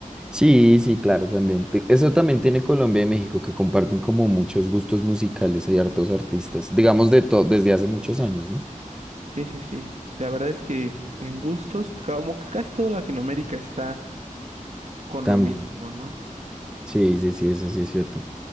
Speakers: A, in the centre; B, on the right (about 55°).
A: Sí, sí, claro, también. Te- Eso también tiene Colombia y México, que comparten como muchos gustos musicales y hartos artistas, digamos de todo, desde hace muchos años, ¿no?
B: Sí, sí, sí. La verdad es que en gustos, como que casi toda Latinoamérica está con
A: También.
B: lo mismo, ¿no?
A: Sí, sí, sí, eso sí es cierto.